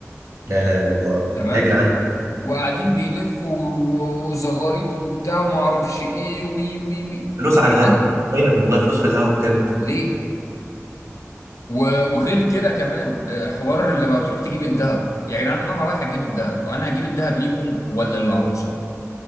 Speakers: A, on the right (about 70°); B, on the left (about 70°).
A: لا لا الا الله
B: تمام
A: يا جدعان
B: وقاعدين بيلفوا و- وزغاريط وبتاع وما اعرفش ايه وي وي وي
A: فلوس
B: يا
A: على
B: جدعان
A: الهوا حرفيا والله فلوس في الهوا بجد
B: ليه؟ و- وغير كده كمان آه، حوار لما بتروح تجيب الذهب يا جدعان انا رايح اجيب الذهب انا هجيب الذهب ليكم ولا للعروسه؟